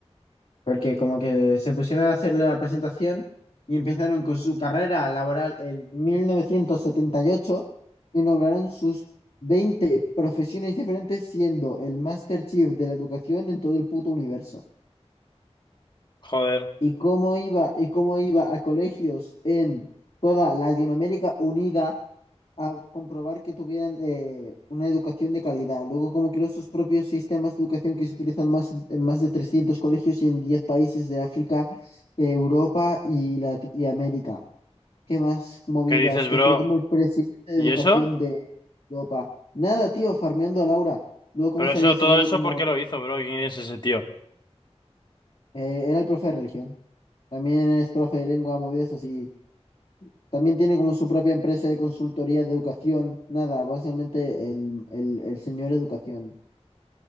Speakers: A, on the left; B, on the left.
A: porque como que se pusieron a hacerle la presentación y empezaron con su carrera laboral en mil novecientos setenta y ocho y nombraron sus 20 profesiones diferentes siendo el Master Chief de la educación en todo el puto universo.
B: Joder.
A: y cómo iba y cómo iba a colegios en toda Latinoamérica unida a comprobar que tuvieran eh, una educación de calidad. Luego, cómo creó sus propios sistemas de educación que se utilizan más, en más de 300 colegios y en 10 países de África, eh, Europa y, Lati- y América. ¿Qué más movidas?
B: ¿Qué dices,
A: Que
B: bro?
A: fue como el presidente de
B: ¿Y
A: educación
B: eso?
A: de Europa. Nada, tío, farmeando a Laura. Luego, cómo
B: Pero
A: se
B: eso,
A: había sacado
B: todo eso,
A: como...
B: ¿por qué lo hizo, bro? ¿Quién es ese tío?
A: eh, era el profe de religión. También es profe de lengua, movidas así. También tiene como su propia empresa de consultoría de educación. Nada, básicamente el, el, el señor educación.